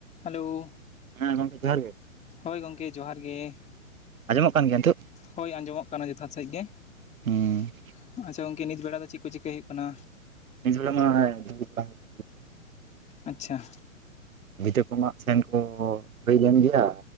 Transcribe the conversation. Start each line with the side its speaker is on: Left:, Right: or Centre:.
Left: Hello.
Right: ᱦᱮᱸ ᱜᱚᱝᱠᱮ ᱡᱚᱦᱟᱨ ᱜᱮ ᱾
Left: ᱦᱳᱭ ᱜᱚᱢᱠᱮ ᱡᱚᱦᱟᱨ ᱜᱮ ᱾
Right: ᱟᱸᱡᱚᱢᱚᱜ ᱠᱟᱱ ᱜᱮᱭᱟ ᱱᱤᱛᱳᱜ?
Left: ᱦᱳᱭ ᱟᱸᱡᱚᱢᱚᱜ ᱠᱟᱱᱟ ᱡᱚᱛᱷᱟᱛ ᱥᱟᱸᱦᱤᱡ ᱜᱮ
Right: ᱦᱩᱸ
Left: ᱾ ᱟᱪᱪᱷᱟ ᱜᱚᱝᱠᱮ ᱱᱤᱛ ᱵᱮᱲᱟ ᱫᱚ ᱪᱮᱫ ᱠᱚ ᱪᱤᱠᱟᱹᱭ ᱦᱩᱭᱩᱜ ᱠᱟᱱᱟ?
Right: ᱱᱤᱛ ᱵᱮᱲᱟ ᱢᱟ ᱦᱮ <inaudible>
Left: ᱟᱪᱪᱷᱟ‌ ᱾
Right: <unintelligible> ᱠᱚᱢᱟᱜ ᱥᱮᱱ ᱠᱚ ᱦᱩᱭ ᱞᱮᱱ ᱜᱮᱭᱟ